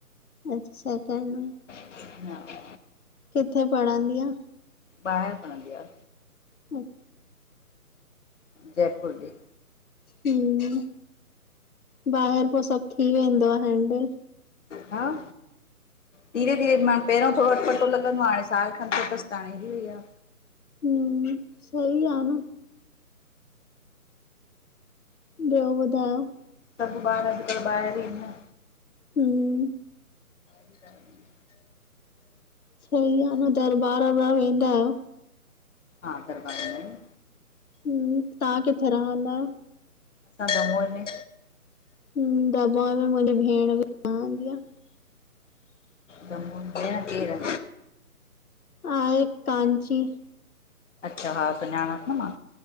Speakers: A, on the left; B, on the left.
A: अच्छा सेकें में
B: हा।
A: कित्थे पढ़ंदी आ?
B: ॿाहिरि पणंदी आ।
A: हम्म
B: जयपुर ॾे।
A: हम्म, ॿाहिरि पो सभु थी वेंदो आ हैंडिल
B: हा, धीरे- धीरे मान पहिरों थोड़ो अटपट -टो लॻदो आ हांणे साल खन थियो तसि त हाणे हिरी वई आ।
A: हम्म, सही आ न ॿियो ॿुधायो?
B: सभु ॿार अॼुकल्ह ॿहिरि ई न
A: हम्म
B: आहिनि न
A: सही आ न, दरबार वरबार वेंदा आहियो?
B: हा, दरबार वेंदा आहियु न
A: हम्म, तव्हां कित्थे रहंदा आहियो?
B: असां दमोह में।
A: हम्म, दमोह में मुंहिंजी भेण बि रहंदी आ।
B: दमोह में भेंण, केर?
A: आहे कांची।
B: अच्छा, हा सुञांणांसि न मां।